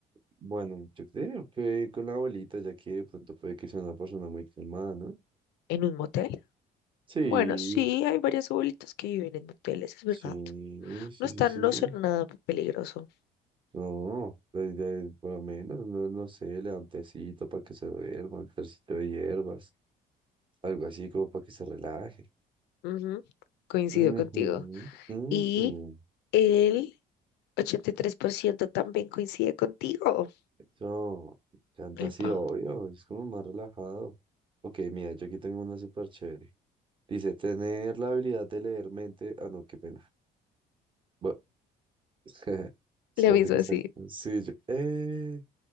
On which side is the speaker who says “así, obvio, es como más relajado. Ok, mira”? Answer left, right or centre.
Right